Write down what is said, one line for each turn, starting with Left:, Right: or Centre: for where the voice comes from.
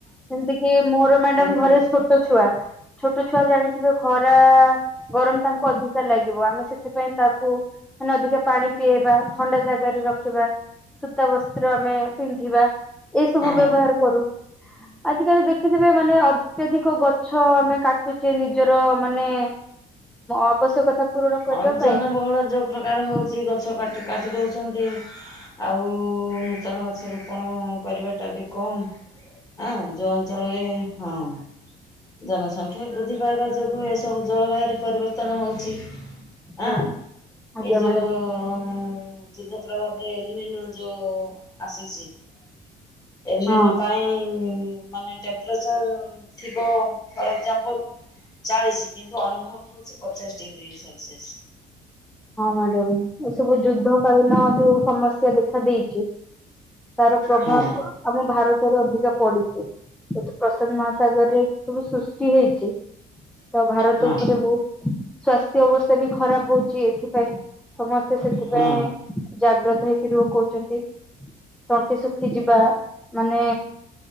Centre: ସେମତି କି ମୋର ମ୍ୟାଡାମ ଘରେ
Left: ପିଉଛୁ
Centre: ଛୋଟ ଛୁଆ ଛୋଟ ଛୁଆ ଜାଣିଥିବେ ଖରା । ଗରମ ତାଙ୍କୁ ଅଧିକା ଲାଗିବ ଆମେ ସେଥିପାଇଁ ତାକୁ ମାନେ ଅଧିକା ପାଣି ପିଆଇବା ଥଣ୍ଡା ଜାଗାରେ ରଖିବା ସୂତା ବସ୍ତ୍ର ଆମେ ପିନ୍ଧିବା । ଏସବୁ
Left: ହଁ।
Centre: ବ୍ୟବହାର କରୁ । ଆଜି କାଲି ଦେଖିଥିବେ ମାନେ ଅ ଅତ୍ୟଧିକ ଗଛ ଆମେ କାଟୁଛେ ନିଜର ମାନେ ଆବଶ୍ୟକତା ପୂରଣ
Left: ହଁ
Centre: କରିବା
Left: ଜନବହୁଳ
Centre: ପାଇଁ ।
Left: ଯୋଉ ପ୍ରକାର ହଉଛି ଗଛ କାଟି କାଟି ଦେଉଛନ୍ତି ଆଉ ନୂତନ ଗଛ ରୋପଣ କରିବାଟା ବି । କମ ଆ ଯଉ ଅଞ୍ଚଳରେ ହଁ । ଜନସଂଖ୍ୟା ବୃଦ୍ଧି ପାଇବା ଯୋଗୁଁ ଏସବୁ ଜଳବାୟୁରେ ପରିବର୍ତ୍ତନ ହେଉଛି ।
Centre: ହଁ
Left: ଆଁ
Centre: ଆଜ୍ଞା
Left: ଏଇ ଯୋଉ
Centre: ମ୍ୟାଡାମ
Left: ଯୁଦ୍ଧ ପ୍ରଭାବରେ ୟୁରେନ୍ ର ଯୋଉ । ଆସୁଛି । ଏଲିନୋ
Centre: ହଁ
Left: ପାଇଁ ମାନେ ଟେମ୍ପରେଚର୍ ଥିବ। ଫର ଏକ୍କଜାମପଲ ଚାଳିଶ କିନ୍ତୁ ଅନୁଭବ ହଉଛି ପଚାଶ ଡିଗ୍ରୀ ସେଲସିୟସ।
Centre: ହଁ ମ୍ୟାଡାମ ଏ ସବୁ ଯୁଦ୍ଧ କାଳୀନ ଯୋଉ ସମସ୍ୟା ଦେଖା ଦେଇେଇଛି । ତାର ପ୍ରଭାବ
Left: ହଁ
Centre: ଆମ ଭାରତରେ ଅଧିକା ପଡିଛି ସେଠି ପ୍ରଶାନ୍ତ ମହାସାଗରରେ ସବୁ ସୃଷ୍ଟି ହେଇଛି ତ ଭାରତ
Left: ହଁ
Centre: ଉପରେ ବହୁତ । ସ୍ଵାସ୍ଥ୍ୟ ଅବସ୍ଥା ବି ଖରାପ ହଉଛି। ସେଇଥି ପାଇଁ ସମସ୍ତେ ସେଥିପାଇଁ
Left: ହଁ।
Centre: ଜାଗ୍ରତ ହେଇକି ରୁ କହୁଛନ୍ତି ତଣ୍ଟି ଶୁଖିଯିବା ମାନେ